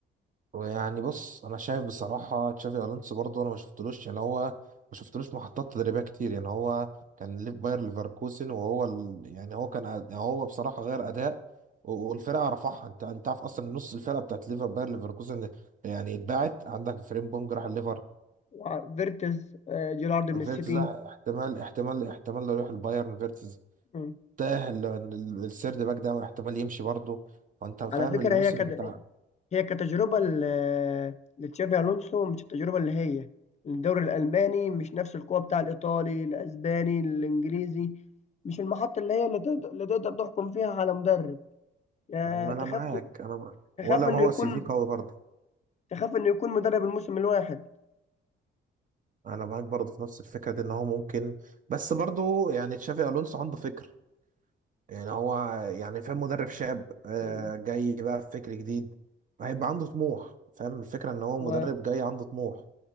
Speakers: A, on the right; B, on the left.
A: ويعني بص انا شايف بصراحه تشافي الونسو برضه انا ما شفتلوش يعني هو ما شفتلوش محطات تدريبيه كتير يعني هو كان ليف باير ليفركوزن وهو ال... يعني هو كان أد- يعني هو بصراحه غير اداء و- والفرقه رفعها انت انت عارف اصلا نص الفرقه بتاعت ليفر باير ليفركوزن يعني اتباعت عندك فريمبونج راح الليفر
B: وفيرتز آه، جيرارد من السيتي
A: فيرتز راح- احتمال احتمال احتمال لو يروح البايرن فيرتز
B: مم.
A: تاه ال- ال- السيرد باك ده واحتمال يمشي برضه فانت فاهم
B: على فكره
A: الموسم
B: هي كد...
A: بتاع
B: هي كتجربه ل- لتشافي الونسو مش التجربه اللي هي الدوري الالماني مش نفس القوه بتاع الايطالي الاسباني الانجليزي مش المحطه اللي هي اللي تقدر, اللي تقدر تحكم فيها على مدرب يا
A: ما
B: تخاف
A: انا معاك انا معاك.
B: تخاف
A: ولا هو
B: انه يكون
A: سي في قوي برضه
B: تخاف انه يكون مدرب الموسم الواحد
A: انا معاك برضه في نفس الفكره دي ان هو ممكن بس برضه يعني تشافي الونسو عنده فكر يعني هو يعني فاهم مدرب شاب آه،
B: مم.
A: جاي بقى بفكر جديد هيبقى عنده طموح فاهم الفكره ان هو
B: و-
A: مدرب جاي عنده طموح